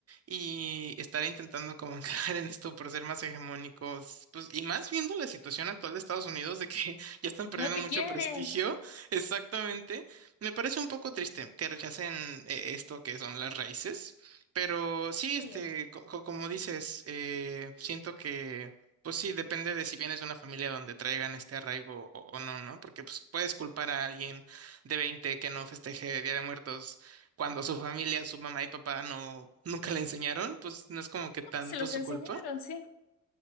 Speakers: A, on the right; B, on the left.
A: y estar intentando como <laughs> caer en esto por ser más hegemónicos, pues y más viendo la situación actual de Estados Unidos de que <laughs> ya están perdiendo
B: No te
A: mucho
B: quieren.
A: prestigio, exactamente, me parece un poco triste que rechacen eh, esto que son las raíces, pero sí,
B: Sí,
A: este,
B: no,
A: co- co- como dices, eh, siento que... Pues sí, depende de si vienes de una familia donde traigan este arraigo o, o no, ¿no? Porque pues puedes culpar a alguien de 20 que no festeje Día de Muertos cuando su familia, su mamá y papá no nunca le enseñaron, pues no es como que tanto
B: pues se los
A: su
B: enseñaron,
A: culpa.
B: sí.